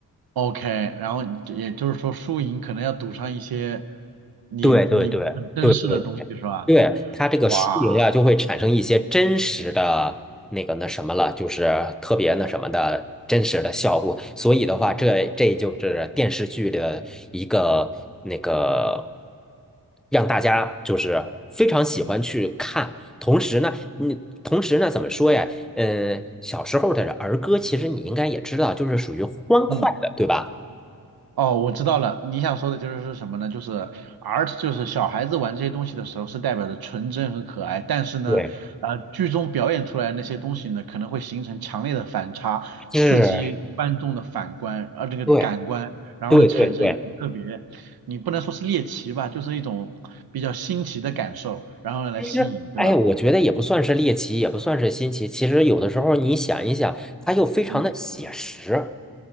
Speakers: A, on the right; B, in the centre.
A: ，OK，然后就也就是说输赢可能要赌上一些你你很珍视的东西是吧？
B: 对对对对对对，它这个输赢呀，
A: 哇，
B: 就会产生一些真实的那个那什么了，就是特别那什么的真实的效果。所以的话，这这就是电视剧的一个那个，让大家就是非常喜欢去看。同时呢，你同时呢，怎么说呀？嗯，小时候的儿歌，其实你应该也知道，就是属于欢快的，
A: 嗯。
B: 对吧？
A: 哦，我知道了，你想说的就是是什么呢？就是 art，就是小孩子玩这些东西的时候是代表着纯真和可爱，但是呢，
B: 对，
A: 呃，剧中表演出来的那些东西呢，可能会形成强烈的反差，
B: 是，
A: 刺激观众的反观，呃，这个感官，
B: 对，
A: 然后呢，
B: 对，
A: 产生一种特别，
B: 对，对。
A: 你不能说是猎奇吧，就是一种比较新奇的感受，然后呢，来吸引，
B: 其实，
A: 对吧？
B: 哎，我觉得也不算是猎奇，也不算是新奇。其实有的时候你想一想，它又非常的写实。
A: 嗯。